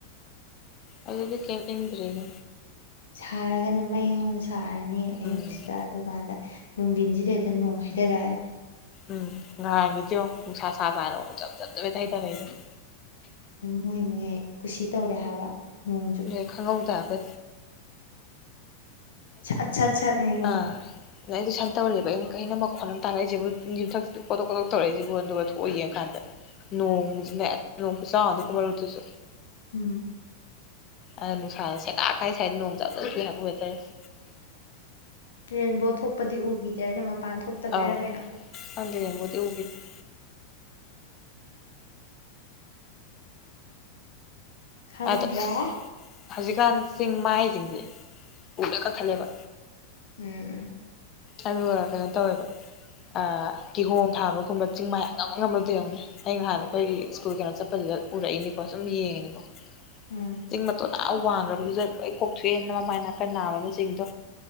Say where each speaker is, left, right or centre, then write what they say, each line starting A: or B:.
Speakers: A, on the left (about 30°); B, on the left (about 65°).
A: ꯑꯗꯨꯗꯤ ꯀꯩꯝ ꯏꯪꯗ꯭ꯔꯦꯅꯦ
B: ꯁꯥꯔꯒꯅ ꯃꯩ ꯍꯧꯅ ꯁꯥꯔꯅꯤ ꯑꯌꯨꯛꯁꯤꯗ
A: ꯎꯝ
B: ꯑꯗꯨꯀꯥꯟꯗ ꯅꯨꯡꯊꯤꯟꯁꯤꯗ ꯍꯦꯛꯇ ꯅꯣꯡ ꯍꯥꯏꯊꯔꯛꯑ
A: ꯎꯝ ꯉꯍꯥꯡꯒꯤꯗꯣ ꯅꯨꯡꯁꯥ ꯁꯥ ꯁꯥꯥꯅ ꯑꯃꯛ ꯆꯞ ꯆꯞ <unintelligible>
B: ꯃꯣꯏ ꯃꯣꯏ ꯀꯨꯁꯤ ꯇꯧꯔꯦ ꯍꯥꯏꯕ ꯅꯣꯡꯁꯨ
A: ꯑꯦ ꯈꯪꯍꯧꯗꯕ
B: ꯁꯠ ꯁꯠ ꯁꯠ ꯅꯤꯉꯣ
A: ꯑꯥ ꯑꯗ ꯑꯩꯗꯤ ꯁꯟ ꯇꯧꯔꯦꯕ ꯑꯩꯅ ꯀꯩꯅꯣ ꯃꯈꯣꯟ ꯑꯃ ꯇꯥꯔꯛꯏꯁꯤꯕꯨ ꯌꯊꯛꯇ ꯀꯣꯇꯣꯛ ꯀꯣꯇꯣꯛ ꯇꯧꯔꯛꯏꯁꯤꯕꯨ ꯑꯗꯨꯒ ꯊꯣꯛꯑꯏ ꯌꯦꯡꯀꯥꯟꯗ ꯅꯣꯡꯁꯤꯅ ꯍꯦꯛ ꯅꯣꯡ ꯈꯨꯆꯥꯎꯥ ꯑꯝꯅꯤꯑꯣ ꯃꯔꯨꯇꯨꯁꯨ
B: ꯎꯝ
A: ꯑꯗ ꯅꯨꯡꯁꯥꯗ ꯁꯦꯗꯥꯥꯛ ꯀꯥꯏ ꯁ꯭ꯋꯥꯏꯗ ꯅꯣꯡ ꯖꯥꯠ ꯖꯠ ꯆꯨꯏ ꯍꯥꯏꯕ ꯋꯦꯗꯔꯁꯤ
B: ꯔꯦꯟꯕꯣ ꯊꯣꯛꯄꯗꯤ ꯎꯈꯤꯗꯦ ꯑꯩꯅ ꯃꯄꯥꯟ ꯊꯣꯛꯇꯕꯩꯔꯥ
A: ꯑꯧ
B: ꯀꯩꯅꯣ
A: <unintelligible>
B: ꯈꯪꯗ꯭ꯔꯦ
A: ꯑꯗ ꯍꯧꯖꯤꯛꯀꯥꯟ ꯆꯤꯡ ꯃꯥꯏꯁꯤꯡꯁꯦ ꯎꯗ ꯀꯛꯊꯠꯂꯦꯕ
B: ꯎꯝ ꯎꯝ
A: ꯑꯗꯨꯒ ꯀꯩꯅꯣ ꯇꯧꯋꯦꯕ ꯑꯥ ꯀꯤꯍꯣꯝ ꯐꯥꯕꯒꯨꯝꯕ ꯆꯤꯡ ꯃꯌꯥꯝ ꯑꯃꯝ ꯉꯝꯕꯗ ꯌꯧꯅꯦ ꯑꯩ ꯅꯍꯥꯟ ꯑꯩꯈꯣꯏꯒꯤ ꯁ꯭ꯀꯨꯜ ꯀꯩꯅꯣ ꯆꯠꯄꯗꯨꯗ ꯎꯔꯛꯏꯅꯤꯀꯣ ꯁꯨꯝ ꯌꯦꯡꯉꯤꯅꯤꯀꯣ
B: ꯎꯝ ꯎꯝ
A: ꯆꯤꯡ ꯃꯇꯣꯟ ꯑꯥ ꯋꯥꯡꯈ꯭ꯔꯕꯗꯨꯗ ꯂꯣꯏ ꯀꯣꯛꯊꯣꯛꯑꯦꯅ ꯃꯃꯥꯏ ꯅꯥꯀꯟ ꯅꯥꯕ ꯑꯃ ꯆꯤꯡꯗꯣ